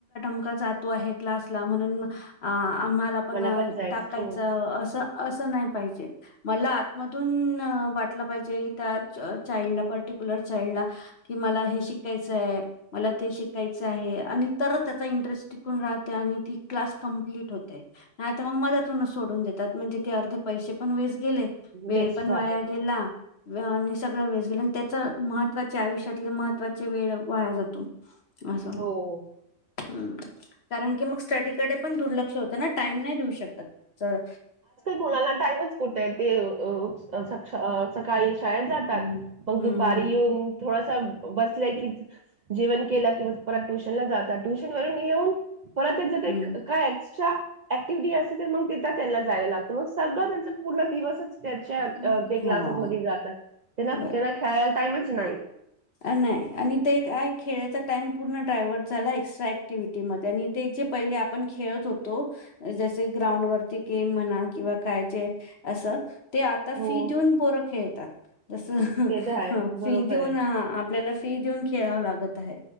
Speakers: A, on the left; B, on the right.
A: मका जातो आहे क्लासला म्हणून आम्हाला आपण
B: मला पण जायचं
A: टाकायचं
B: हो
A: असं असं नाही पाहिजे मला आतमधून वाटलं पाहिजे त्या चाइल्डला पर्टिक्युलर चाइल्डला कि मला हे शिकायचंय मला ते शिकायचं आहे आणि तरच त्याचा इंटरेस्ट टिकून राहते आणि ती क्लास कमप्लीट होते नाहीता मग मदतूनच सोडून देतात म्हणजे ते अर्धे पैसे पण वेस्ट गेले वेळ
B: वेस्ट
A: पण
B: झालं
A: वया गेला आणि सगळं वेळ गेलं आणि त्याच महत्त्वाचे आयुष्यातले महत्त्वाचे वेळ वाया जातो. अस
B: हो
A: हम् कारण की मग स्टडीकडे पण दुर्लक्ष होतं ना टाइम नाही देऊ शकत तर
B: मुणाला टाईमच कुठे आहे ते सकाळी शाळेत जातात
A: हम्म
B: मग
A: हम्म
B: दूपारी
A: हम्म
B: येऊन थोडासा बसला की जीवन केला कि परत ट्युशन ला जातात ट्युशन वरून येऊन परत ज ते
A: हम्म हम्म.
B: काय एक्स्ट्रा ऍक्टिव्हटी असे तर मग तर त्याला जायला लागत सगळ त्यां पूर्ण दिवस त्या जातात
A: हम्म. हा
B: त्यांना
A: बरोबर.
B: खेळायला टाईमच नाही
A: नाही आणि ते एकय खेळायचा टाइम पूर्ण डायवर्ट झाला एक्स्ट्रा ऍक्टिव्हिटीमध्ये आणि ते जे पहिले आपण खेळत होतो जसे ग्राउंड वरती गेम म्हणा किंवा काय जे असं ते आता
B: हो
A: फी देऊन बोरं खेळतात जसं
B: ते तर आहे
A: फी
B: बरोबर
A: देऊन
B: आहे
A: आ आपल्याला फी देऊन खेळाव लागत आहे